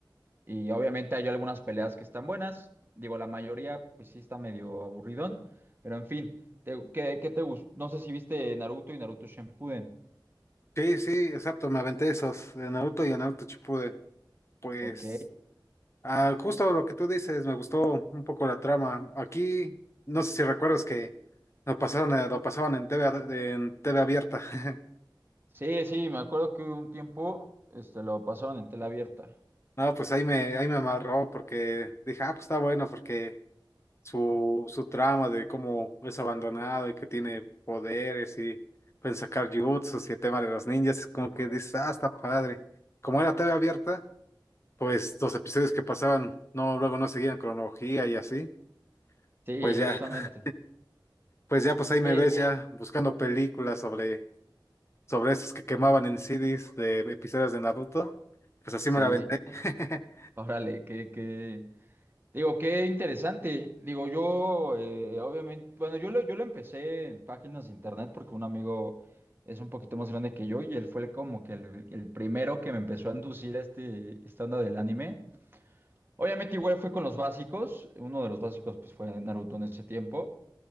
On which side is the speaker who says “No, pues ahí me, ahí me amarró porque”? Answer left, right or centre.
Left